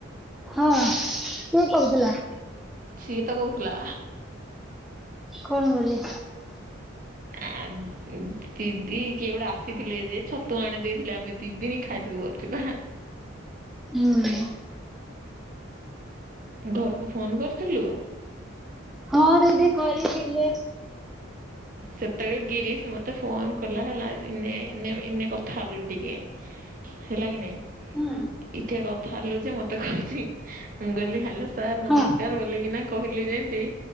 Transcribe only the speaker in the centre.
ହଁ କିଏ କହୁଥିଲା?
କଣ ବୋଲି?
ହୁଁ।
ହଁ ଦିଦି କରିଥିଲେ।
ହୁଁ
ହଁ